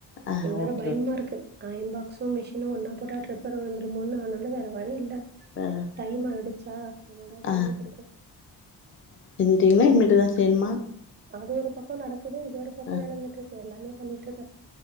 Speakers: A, on the left; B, on the right.
A: ஆ
B: இது வேற
A: ஓகே
B: பயமா
A: ஓகே
B: இருக்கு அயன் பாக்ஸு மிஷினு ஒன்னா போட்டா ட்ரிப்பர் வந்துரமோனு அதனால வேற வழி இல் ல
A: அ
B: டைம் ஆய்டு சா இந்தா
A: ஆ
B: பண்ணிட்ருக்குரே
A: ங்களா இனிமேட்டு தா செய்யணுமா
B: அது ஒரு பக்கோ நடக்குது இது ஒரு பக்கோ
A: அ
B: நடந்துட்ருக்கு எல்லாமே பண்ணிட்ருக்கே